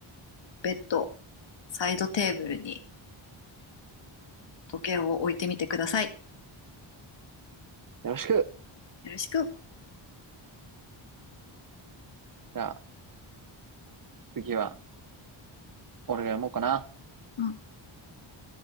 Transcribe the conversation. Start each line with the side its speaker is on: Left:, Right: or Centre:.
Left: ベッド、サイドテーブルに時計を置いてみてください。
Right: よろしく。
Left: よろしく。
Right: じゃあ、次は、俺が読もうかな。
Left: うん。い